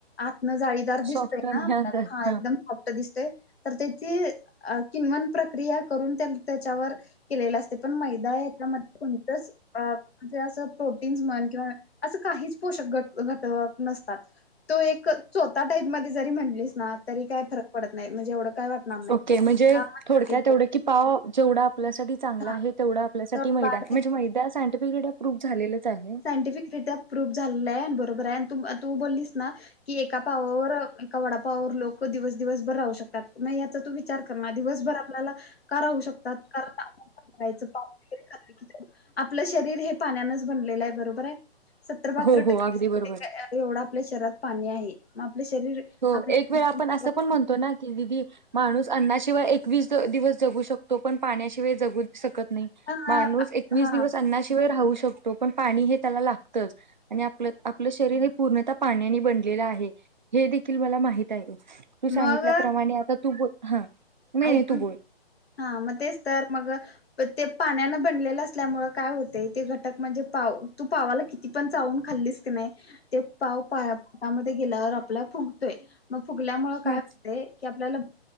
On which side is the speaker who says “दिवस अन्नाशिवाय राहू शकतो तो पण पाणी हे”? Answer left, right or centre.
Right